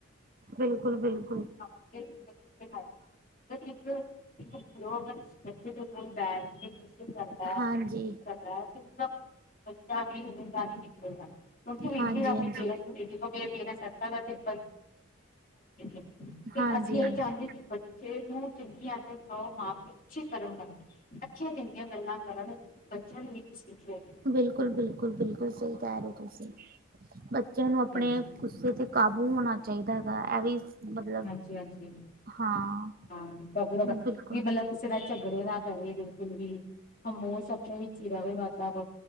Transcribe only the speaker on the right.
ਬਿਲਕੁਲ-ਬਿਲਕੁਲ।
ਹਾਂਜੀ
ਹਾਂਜੀ
ਹਾਂਜੀ
ਹਾਂਜੀ
ਹਾਂਜੀ
ਬਿਲਕੁਲ, ਬਿਲਕੁਲ, ਬਿਲਕੁਲ ਸਈ ਕੈ ਰਏ ਤੁਸੀਂ ਬੱਚਿਆਂ ਨੂੰ ਅਪਨੇ
ਗੁੱਸੇ ਤੇ ਕਾਬੂ ਹੋਣਾ ਚਾਈਦਾ ਹੈਗਾ ਐ ਵੀ ਮਤਲਬ
ਹਾਂ
ਬਿਲਕੁਲ